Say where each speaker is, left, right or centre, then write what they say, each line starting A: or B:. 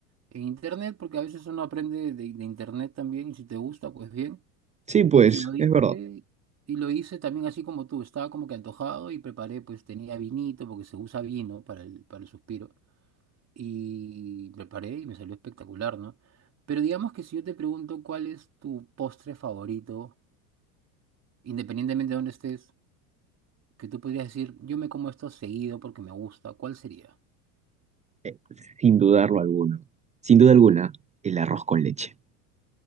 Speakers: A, on the right; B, on the right.
A: en internet, porque a veces uno aprende de, de internet también, y si te gusta, pues bien.
B: Sí, pues,
A: Y lo hice,
B: es verdad.
A: y lo hice también así como tú, estaba como que antojado y preparé, pues tenía vinito, porque se usa vino para el, para el suspiro, y preparé y me salió espectacular, ¿no? Pero digamos que si yo te pregunto cuál es tu postre favorito, independientemente de dónde estés, que tú podrías decir, yo me como esto seguido porque me gusta, ¿cuál sería?
B: Eh, Sin dudarlo alguno. Sin duda alguna, el arroz con leche.